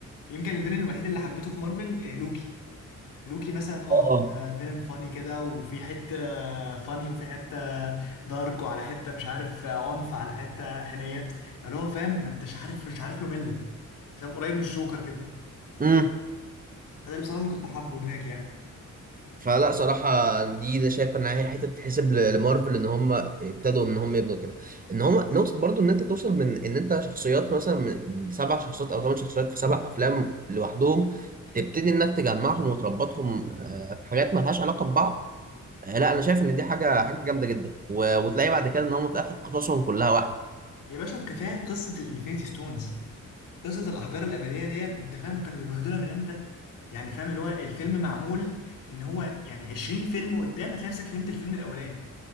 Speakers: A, on the left; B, on the right.
A: يمكن الفيلن الوحيد اللي حبيته في مارفل آه، لوكي لوكي مثلا اه
B: اه
A: ده فيلن فاني كده وفي حتة فاني وفي حتة دارك وعلى حتة مش عارف عنف على حتة حنية اللي هو فاهم ما انتش عارف مش عارف له ملة فاهم قريب من الجوكر كده
B: امم
A: فده اللي بصراحة اللي كنت حابه هناك يعني
B: فلا صراحة دي أنا شايف إن هي حتة تتحسب ل- لمارفل إن هم ابتدوا إن هم يبنوا كده إن هم نقطة برضو إن أنت توصل من إن أنت شخصيات مثلا من سبع شخصيات أو ثمان شخصيات في سبع أفلام لوحدهم تبتدي إنك تجمعهم وتربطهم آه، في حاجات ملهاش علاقة ببعض آه، لا أنا شايف إن دي حاجة حاجة جامدة جدا و- وتلاقي بعد كده إن هم في آخر قصصهم كلها واحدة
A: يا باشا كفاية قصة الانفينيتي ستونز قصة الأحجار الأبدية ديت أنت فاهم كانوا بيمهدولها من إمتى؟ يعني فاهم اللي هو الفيلم معمول إن هو يعني 20 فيلم قدام هتلاقي نفسك فهمت الفيلم الأولاني